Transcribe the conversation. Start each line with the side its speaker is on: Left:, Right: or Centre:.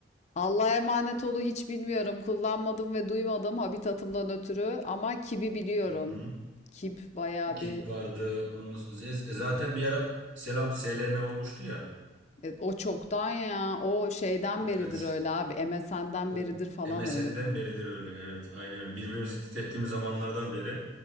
Left: Allah'a emanet olu hiç bilmiyorum. Kullanmadım ve duymadım habitatımdan ötürü ama kibi biliyorum.
Right: Hı hı.
Left: Kip bayağı
Right: Kip
Left: bir
Right: vardı. Onun, z- zaten bir ara Selam SLM olmuştu ya.
Left: E, o çoktan ya. O şeyden
Right: Evet.
Left: beridir öyle abi. MSN'den
Right: O
Left: beridir falan
Right: MSN'den
Left: öyle böyle.
Right: beridir öyle. Evet, aynen öyle. Birbirimizi titrettiğimiz zamanlardan beri.